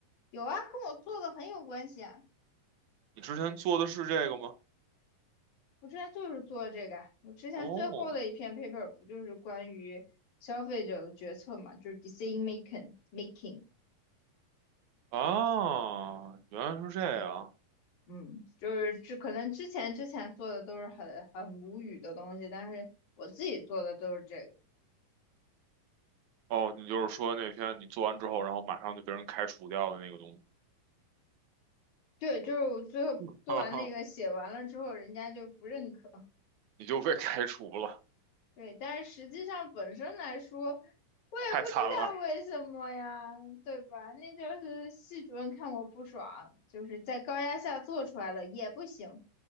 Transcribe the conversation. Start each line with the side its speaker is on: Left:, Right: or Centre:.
Left: 有啊，跟我做的很有关系啊。
Right: 你之前做的是这个吗？
Left: 我之前就是做这个啊我之前最后的一篇
Right: 哦，
Left: paper 不就是关于消费者的决策嘛，就是 decision making making。
Right: 啊，原来是这样。
Left: 对，嗯，就是这可能之前之前做的都是很很无语的东西，但是我自己做的都是这个。
Right: 哦，你就是说那天你做完之后，然后马上就被人开除掉的那个东西，
Left: 对，就是我最后做完那个写完了之后，
Right: <laughs>
Left: 人家就不认可。
Right: 你就被开除了，
Left: 对，但是实际上本身来说，我也不知道为什么呀，
Right: 太惨了。
Left: 对吧？那就是系主任看我不爽，就是在高压下做出来了也不行。